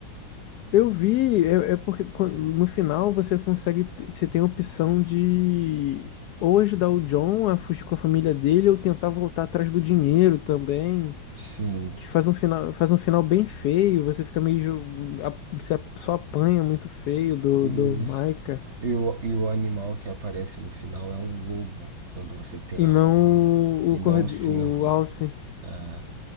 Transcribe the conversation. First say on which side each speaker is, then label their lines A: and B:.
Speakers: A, on the left; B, on the right.
A: Eu vi, é, é porque quan- no final você consegue, te- você tem a opção de ou ajudar o John a fugir com a família dele ou tentar voltar atrás do dinheiro também,
B: Sim,
A: que faz um final, faz um final bem feio, você fica meio, ju- a- você a- só apanha muito feio do,
B: isso.
A: do Micah
B: E o, e o animal que aparece no final é um lobo, quando você tem
A: e
B: a
A: não
B: honra ruim,
A: o,
B: e
A: o,
B: não
A: Cord-
B: um cervo.
A: o Alce.
B: É,